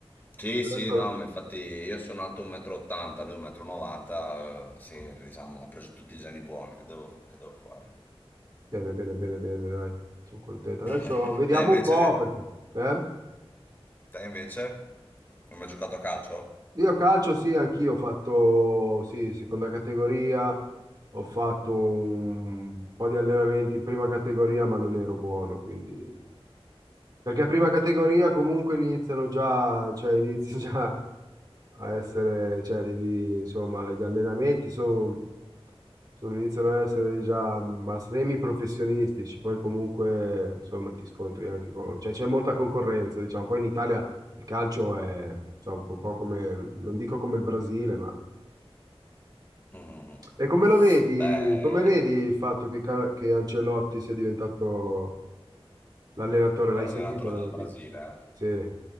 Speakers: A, on the left (about 20°); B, on the right (about 40°).
A: Sì,
B: E Adesso...
A: sì, no, ma infatti io sono alto 1,80 m, lui 1,90 m, sì, diciamo, ha preso tutti i geni buoni, che devo, che devo fare?
B: Bene, bene, bene, bene, dai. Sono contento. Adesso
A: <laughs>
B: vediamo
A: Te invece?
B: un po' perché... Eh?
A: Te invece? Non hai mai giocato a calcio?
B: Io calcio sì, anch'io ho fatto, sì, seconda categoria, ho fatto un po' di allenamenti in prima categoria, ma non ero buono, quindi... Perché prima categoria comunque iniziano già, cioè inizi <laughs> già a essere, cioè devi, insomma, gli allenamenti sono, sono- iniziano ad essere già ma semi professionistici, poi comunque, insomma, ti scontri anche con, cioè c'è molta concorrenza, diciamo, poi in Italia il calcio è, insomma, un po' un po' come, non dico come il Brasile, ma...
A: Mhm.
B: E come lo vedi,
A: Beh,
B: come vedi il fatto che, Ca- che Ancelotti sia diventato l'allenatore?
A: l'allenatore
B: L'hai sentita la
A: del
B: notizia?
A: Brasile, eh?
B: Sì.